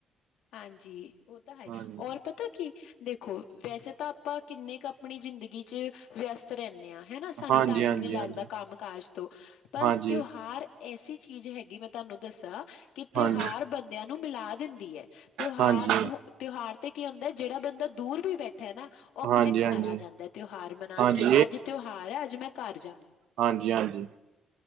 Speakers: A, on the left; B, on the right.
A: ਹਾਂਜੀ, ਉਹ ਤਾਂ ਹੈ
B: ਹਾਂਜੀ
A: ਔਰ ਪਤਾ ਕੀ ਦੇਖੋ, ਵੈਸੇ ਤਾਂ ਆਪਾਂ ਕਿੰਨੇ ਕੁ ਆਪਣੀ ਜ਼ਿੰਦਗੀ ਚ ਵਿਅਸਤ ਰਹਿੰਦੇ ਹਾਂ ਹਨਾ, ਸਾਨੂੰ
B: ਹਾਂਜੀ
A: ਟਾਈਮ
B: ਹਾਂਜੀ
A: ਨੀ ਲੱਗਦਾ
B: ਹਾਂਜੀ
A: ਕੰਮ ਕਾਜ ਤੋਂ, ਪਰ
B: ਹਾਂਜੀ
A: ਤਿਉਹਾਰ ਐਸੀ ਚੀਜ਼ ਹੈਗੀ, ਮੈਂ ਤੁਹਾਨੂੰ ਦੱਸਾਂ ਕਿ, ਤਿਉਹਾਰ
B: ਹਾਂਜੀ
A: ਬੰਦਿਆਂ ਨੂੰ ਮਿਲਾ ਦਿੰਦੀ ਹੈ। ਤਿਉਹਾਰ,
B: ਹਾਂਜੀ
A: ਤਿਉਹਾਰ ਤੇ ਕੀ ਹੁੰਦਾ, ਜਿਹੜਾ ਬੰਦਾ ਦੂਰ ਵੀ ਬੈਠਾ ਨਾ ਉਹ ਆਪਣੇ
B: ਹਾਂਜੀ ਹਾਂਜੀ
A: ਘਰ ਆ ਜਾਂਦਾ, ਤਿਉਹਾਰ ਮਨਾਉਣ
B: ਹਾਂਜੀ
A: ਕਿ ਅੱਜ ਤਿਉਹਾਰ ਹੈ, ਅੱਜ ਮੈਂ ਘਰ ਜਾਣਾ,
B: ਹਾਂਜੀ-ਹਾਂਜੀ।